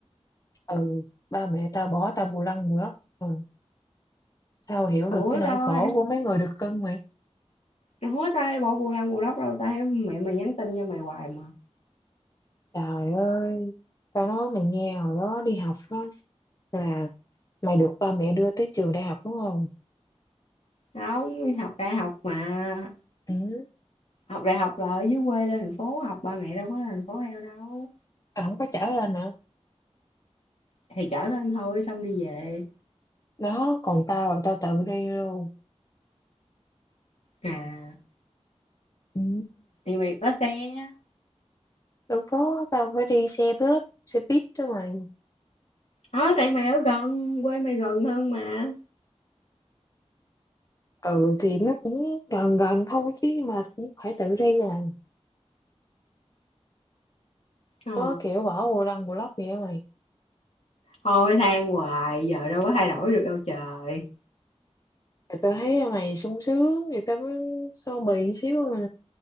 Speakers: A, on the left; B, on the left.
A: ừ ba mẹ tao bỏ tao bù lăng bù lóc ừ. tao hiểu được
B: ủa
A: cái nỗi
B: tao
A: khổ của mấy người được cưng mày
B: em ủa tao hay bỏ bù lăng bù lóc đâu tao thấy mẹ mày nhắn tin cho mày hoài mà
A: trời ơi tao nói mày nghe hồi đó đi học đó là mày được ba mẹ đưa tới trường đại học đúng không
B: tao không học đại học mà
A: ừ
B: học đại học là ở dưới quê lên thành phố học ba mẹ đâu có lên thành phố heo đâu
A: tao không có trả lên hả
B: thì chở lên thôi xong đi về
A: đó còn tao là tao tự đi luôn
B: à
A: Ừ,
B: thì mày có xe á
A: đâu có tao phải đi xe bus xe buýt đó mà
B: Ờ, tại mày ở gần quê mày gần hơn mà
A: ừ thì nó cũng gần gần thôi chứ mà cũng phải tự đi à
B: ờ
A: nó kiểu bỏ bù lăng bù lóc vậy mày
B: Thôi than hoài, giờ đâu có thay đổi được đâu trời.
A: thì tao thấy mày sung sướng thì tao mới so bì xíu mà